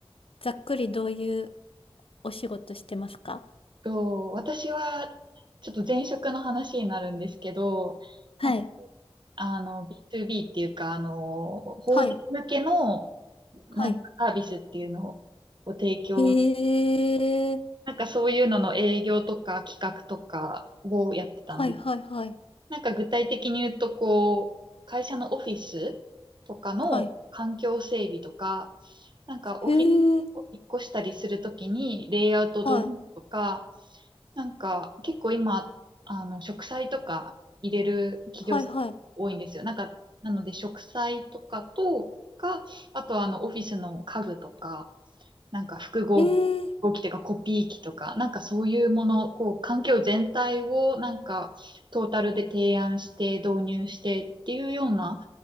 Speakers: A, on the left; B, on the right.
A: ざっくりどういうお仕事してますか
B: と、私は、ちょっと前職の話になるんですけど、
A: はい。
B: なんか、あの、B2B っていうか、あの、法人向けの、
A: はい。
B: なんかサービスっていうのを提供、
A: はい。へえ。
B: なんかそういうのの営業とか企画とかをやってたんです
A: はいはいはい。
B: なんか具体的に言うと、こう、会社のオフィスとかの環境整備とか、
A: はい。
B: なんかオフィスを引っ越したりするときにレイアウトどうとか、
A: へえ。はい。
B: なんか結構今、あの、植栽とか入れる企業さん多いんですよ。
A: はいはい。
B: なんか、なので植栽とかとか、あとはあの、オフィスの家具とか、なんか複合合機というかコピー機とか、
A: えー、
B: なんかそういうもの、こう、環境全体をなんかトータルで提案して導入してっていうような、